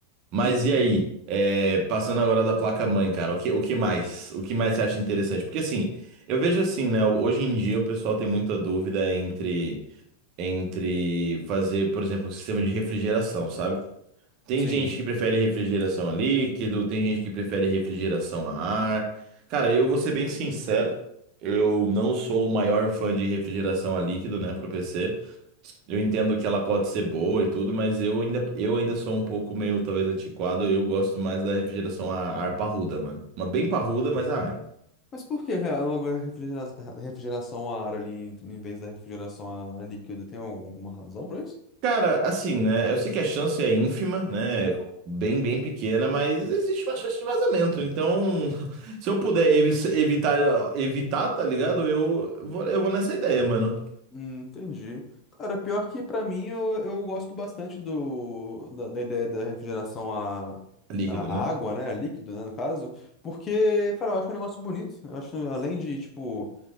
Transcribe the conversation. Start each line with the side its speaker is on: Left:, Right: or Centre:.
Right: Mas
Left: Uhum,
Right: e aí? É, passando agora da placa-mãe, cara, o que, o que mais? O que mais você acha interessante? Porque assim, eu vejo assim, né? Hoje em dia o pessoal tem muita dúvida entre, entre fazer, por exemplo, o sistema de refrigeração, sabe? Tem
Left: sim.
Right: gente que prefere refrigeração a líquido, tem gente que prefere refrigeração a ar. Cara, eu vou ser bem sincero, eu não sou o maior fã de refrigeração a líquido, né, pro PC. Eu entendo que ela pode ser boa e tudo, mas eu ainda, eu ainda sou um pouco meio, talvez, antiquado. Eu gosto mais da refrigeração a ar parruda, mano. Uma bem parruda, mas a ar.
Left: Mas por que re- logo a refrigera- refrigeração a ar ali em em vez da refrigeração a líquido? Tem algum- alguma razão para isso?
Right: Cara, assim, né? Eu sei que a chance é ínfima, né? é Bem, bem pequena, mas existe uma chance de vazamento. Então, <laughs> se eu puder evi- evitar, evitar, tá ligado? Eu vou, eu vou nessa ideia, mano.
Left: Hum, entendi. Cara, pior que pra mim eu, eu gosto bastante do, da, da ideia da refrigeração à,
Right: Líquido,
Left: à
Right: né?
Left: água, né? A líquido, né, no caso. Porque, cara, eu acho um negócio bonito. Eu acho, além de, tipo.